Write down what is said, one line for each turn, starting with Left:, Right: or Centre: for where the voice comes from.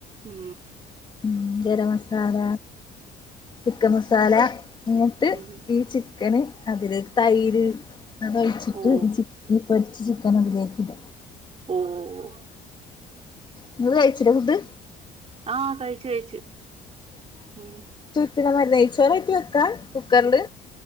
Right: മ്
Left: മ് ഗരമസാല ചിക്കൻ മസാല ങ്ങട്ട്
Right: ഉം
Left: ഈ ചി ക്കനെ അതില് തൈര് അതൊഴിച്ചിട്ട്
Right: ഓ
Left: ചി ചിക്കൻ അതിലേക്ക് ഇട
Right: ഓഹ്
Left: ങ്ങള് കയിച്ചില്ലേ ഫുഡ്
Right: ആ കഴിച്ച് കഴിച്ച് മ്
Left: ത് നമ്മ നെയ്ച്ചോറായിട്ട് വെക്കാ കുക്കറില്